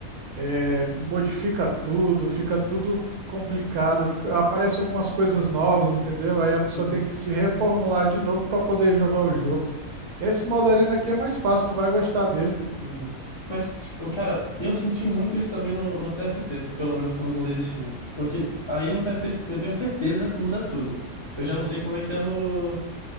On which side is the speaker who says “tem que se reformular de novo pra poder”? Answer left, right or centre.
Right